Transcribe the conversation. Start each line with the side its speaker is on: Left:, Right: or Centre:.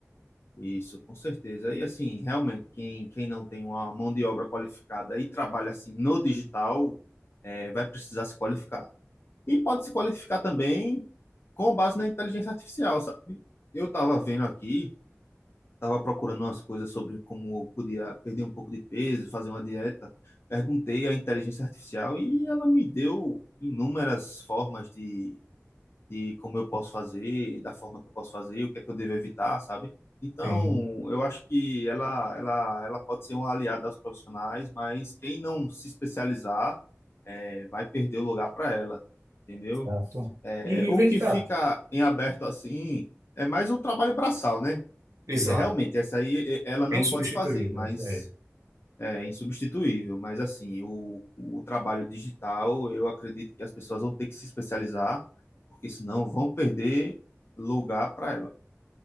Left: Isso, com certeza. E assim, realmente, quem, quem não tem uma mão de obra qualificada e trabalha assim no digital, eh, vai precisar se qualificar. E pode se qualificar também com base na inteligência artificial, sabe? Eu estava vendo aqui, estava procurando umas coisas sobre como eu podia perder um pouco de peso, fazer uma dieta. Perguntei à inteligência artificial e ela me deu inúmeras formas de, de como eu posso fazer, da forma que eu posso fazer, o que é que eu devo evitar, sabe? Então,
Right: Tem-
Left: eu acho que ela, ela, ela pode ser uma aliada aos profissionais, mas quem não se especializar, eh, vai perder o lugar para ela, entendeu?
Right: Exato.
Left: É,
Right: E
Left: o
Right: vem
Left: que
Right: cá.
Left: fica em aberto assim é mais o trabalho braçal, né?
Right: Exato.
Left: E é, realmente, essa aí é, ela não
Right: É insubstituível.
Left: pode fazer, mas
Right: É.
Left: é insubstituível. Mas assim, o, o trabalho digital, eu acredito que as pessoas vão ter que se especializar, porque senão vão perder lugar para ela.